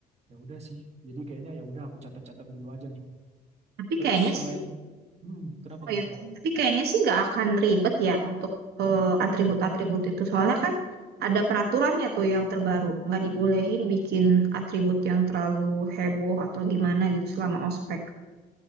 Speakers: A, on the right (about 40°); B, on the right (about 70°).
A: Ya udah sih. Jadi kayaknya ya udah aku catat-catat dulu aja nih.
B: Tapi
A: Terus
B: kayaknya
A: selain
B: sih,
A: hmm, kenapa
B: oh
A: kenapa?
B: ya, tapi kayaknya sih nggak akan ribet ya untuk eh, atribut-atribut itu. Soalnya kan ada peraturannya tuh yang terbaru, nggak dibolehin bikin atribut yang terlalu heboh atau gimana gitu selama ospek.